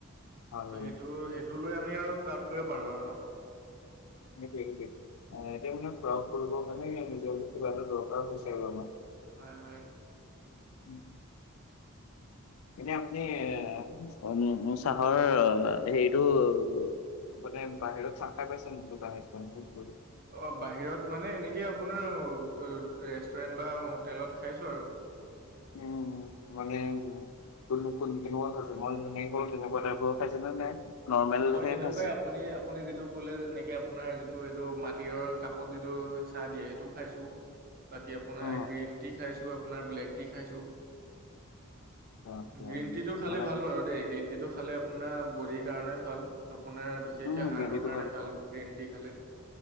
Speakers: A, on the left; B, on the right.
A: হয়
B: ত'
A: বাৰু
B: সেইটো সেইটো লৈ আমি আৰু প্ৰাউড কৰিব পাৰো আৰু ন।
A: সেইটোৱে সেইটোৱে, এতিয়া
B: উম,
A: মানে প্ৰাউড কৰিবৰ কাৰণে ই নিজকে কিবা এটা দৰকাৰ হৈছে আৰু আমাৰ।
B: হয় হয়।
A: উম এতিয়া আপুনি এ চাহৰ হেৰিটো মানে বাহিৰত চাহ খাই পাইছা নাই দোকানে চোকানে ক'ৰবাত?
B: অঁ বাহিৰত মানে এনেকে আপোনাৰ ৰেষ্টুৰেণ্ট বা হোটেলত খাইছোঁ আৰু।
A: উম মানে কোন কোন কেনেকোৱা খাইছে মই নাৰিকল তেনেকোৱা টাইপৰ খাইছে নে নাই নৰ্মেলহে
B: হয় তেনেকুৱাই
A: খাইছে
B: আপুনি আপুনি যিটো ক'লে এনেকে আপোনাৰ যিটো এইটো মাটিৰৰ কাপত যিটো চাহ দিয়ে সেইটোও খাইছোঁ বাকী আপোনাৰ
A: অ
B: গ্ৰীণ টি খাইছো আপোনাৰ ব্লেক টি খাইছো
A: আচ্ছা
B: গ্ৰীণ
A: আচ্ছা
B: টি টো খালে
A: মানে
B: ভাল বাৰু দেই গ্ৰীণ টিটো খালে আপোনাৰ বডিৰ কাৰণে ভাল আপোনাৰ বিশেষকে
A: উম
B: হাৰ্টৰ
A: গ্ৰেভিটো
B: কাৰণে ভাল গ্ৰীণ টি খালে